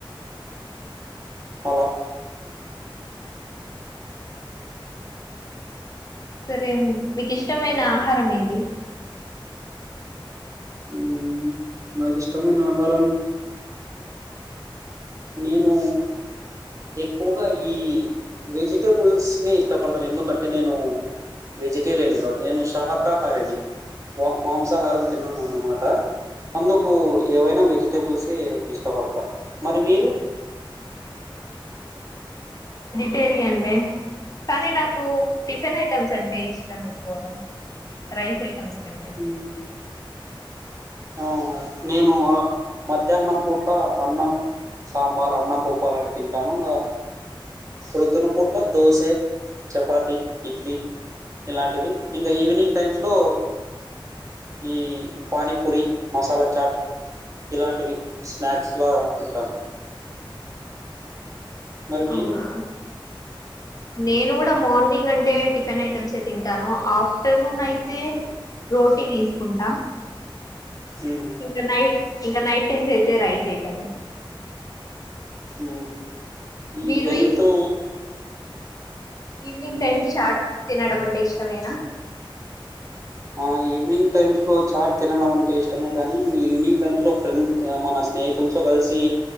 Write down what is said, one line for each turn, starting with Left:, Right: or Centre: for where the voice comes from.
Right: అల
Left: సరే మీకిష్టమైన ఆహారం ఏది
Right: ఊ నాకిష్టమైన ఆహారం నేనూ ఎక్కువగా ఈ వెజిటెబుల్స్ ని ఇష్టపడతను ఎందుకంటె నేనూ వెజిటేరియన్ ని గావట్టి నేను శహక కాహారిని వా మాంసాహారం తిననన్నమాట అందుకూ ఏవైనా వెజిటేబుల్సే ఇష్టపడత మరి మీరు
Left: టేరియన్ నే కానీ నాకు టిఫెన్ ఐటమ్స్ అంటే ఇష్టం ఎక్కువగా రైస్ ఐటమ్స్ కంటే
Right: ఊ ఆ నేనూ ఆ మధ్యాహ్నం పూట్లా అన్నం సాంబార్ అన్నం పొప్పు అలాంటి తింటాను ఇంగా ప్రొద్దున పూట్ల దోసే చపాతి ఇడ్లీ ఇలాంటివి ఇంగ ఈవినింగ్ టైమ్స్ లో ఈ పానీ పూరి మసాలా చాట్ ఇలాంటివి స్నాక్స్ లా తింటాను. మరి
Left: అవునా
Right: మీరు
Left: నేను గడ మోర్నింగ్ అంటే టి ఫెన్ ఐటమ్సే తింటానూ ఆఫ్ టర్నూన్ అయితే రోటి దీసుకుంటా
Right: మ్మ్
Left: ఇంక నైట్ ఇంక నైట్ టైమ్స్ అయితే రైస్ ఐటమ్
Right: ఊ ఈ
Left: మీరు
Right: హెల్తూ
Left: ఈవినింగ్ టైమ్ చాట్ తినడం అంటే ఇష్టమేనా
Right: ఆ ఈవినింగ్ టైమ్స్ లో చాట్ తినడం అంటే ఇష్టమే కానీ ఈవినింగ్ టైమ్స్ లో ఫ్రెండ్ మన స్నేహితులతో కలిసి